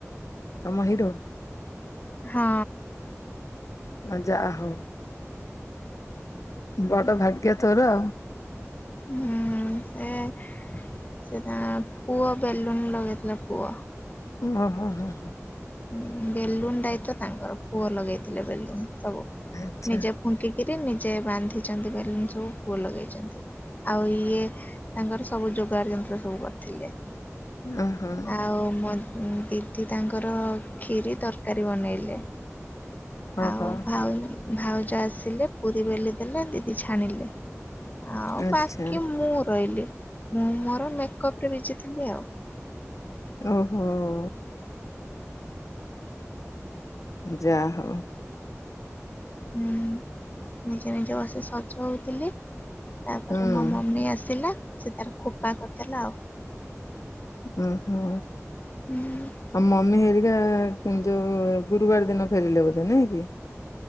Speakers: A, on the left; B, on the left.
A: ତମ ହିରୋ।
B: ହଁ।
A: ଆ ଯା ହଉ। ବଡ ଭାଗ୍ୟ ତୋର।
B: ହୁଁ ଏଁ। ସେ ତା ପୁଅ ବେଲୁନ ଲଗେଇଥିଲା ପୁଅ।
A: ଓହୋ ହଁ ହଁ
B: ଉଁ ବେଲୁନ ଦାୟିତ୍ଵ ତାଙ୍କର ପୁଅ ଲଗେଇଥିଲେ ବେଲୁନ ସବୁ
A: ଆଚ୍ଛା
B: ନିଜେ ଫୁଙ୍କିକିରି ନିଜେ ବାନ୍ଧିଚନ୍ତି ବେଲୁନ ସବୁ ପୁଅ ଲଗେଇଚନ୍ତି ଆଉ ଇ ଇଏ ତାଙ୍କର ସବୁ ଯୋଗାଡ଼ ଯନ୍ତ୍ର ସବୁ କରିଥିଲେ।
A: ଓହୋ
B: ଆଉ ମୋ ଦିଦି ତାଙ୍କର ର ଖିରି, ତରକାରୀ ବନେଇଲେ
A: ଓହୋ
B: ଆଉ ଭାଉ ଭାଉଜ ଆସିଲେ ପୁରୀ ବେଲି ଦେଲେ ଦିଦି ଛାଣିଲେ। ଆଉ
A: ଆଚ୍ଛା
B: ବାକି ମୁଁ ରହିଲି ମୁଁ ମୋର ମେକଅପ ରେ ବିଜିଥିଲି ଆଉ।
A: ଓହୋ। ଯା ହଉ।
B: ହୁଁ ନିଜେ ନିଜେ ବସି ସଜ ହଉଥିଲି। ତାପରେ
A: ହୁଁ
B: ମୋ ମମି ଆସିଲା ସେ ତାର ଖୋପା କରିଦେଲା ଆଉ।
A: ଉଁ ହୁଁ।
B: ହୁଁ
A: ଆଉ ମମି ହେରିକା ଯୋଉ ଗୁରୁବାର ଦିନ ଫେରିଲେ ବୋଧେ ନାଇଁ କି?